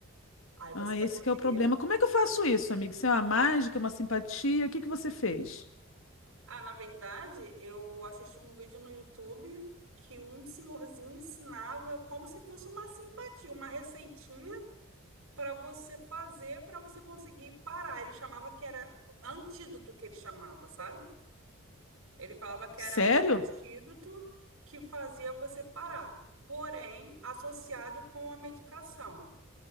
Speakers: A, on the right; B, on the left.
A: Aí você
B: Ah,
A: vai
B: esse
A: conseguir.
B: que é o problema. Como é que eu faço isso, amiga? Isso é uma mágica, uma simpatia? O que que você fez?
A: Ah, na verdade, eu assisti um vídeo no YouTube que um senhorzinho ensinava como se fosse uma simpatia, uma receitinha para você fazer, para você conseguir parar. Ele chamava que era antídoto que ele chamava, sabe? Ele falava que
B: Sério?
A: era um antídoto que fazia você parar, porém associado com a medicação.